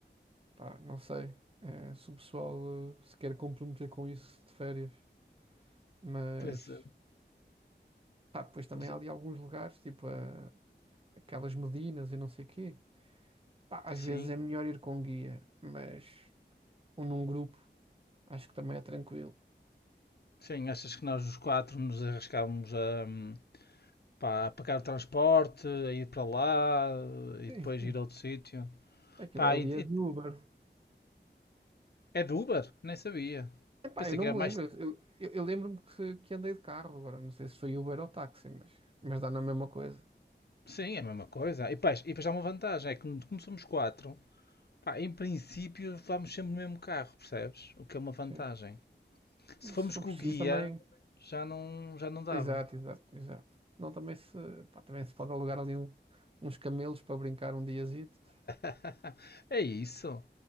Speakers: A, on the right; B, on the left.
A: Pá, não sei, eh, se o pessoal eh, se quer comprometer com isso de férias, mas
B: Pois, é,
A: pá, depois também
B: pois
A: há
B: é.
A: ali alguns lugares, tipo eh, aquelas Medinas e não sei quê. Pá, às
B: Sim,
A: vezes é melhor ir com guia, mas ou num grupo, acho que também é tranquilo.
B: sim, achas que nós os quatro nos arriscávamos a, hum, pá, a pagar o transporte, a ir para lá e
A: Sim,
B: depois
A: sim.
B: ir a outro sítio?
A: Aquilo
B: Pá,
A: ali
B: e,
A: é
B: e
A: de Uber.
B: É do Uber? Nem sabia.
A: Epá,
B: Pensei
A: eu não
B: que era
A: me
B: mais.
A: lembro. Eu, eu- eu lembro-me que, que andei de carro agora. Não sei se foi Uber ou táxi, mas, mas dá na mesma coisa.
B: Sim, é a mesma coisa. E depois, e depois há uma vantagem: é que como somos quatro, pá, em princípio vamos sempre no mesmo carro, percebes? O que é uma vantagem.
A: Sim.
B: Se formos
A: Se for
B: com
A: preciso
B: o guia,
A: também.
B: já não, já não dava.
A: Exato, exato, exato. Não, também se, pá, também se pode alugar ali um- uns camelos para brincar um diazito.
B: <laughs> É isso.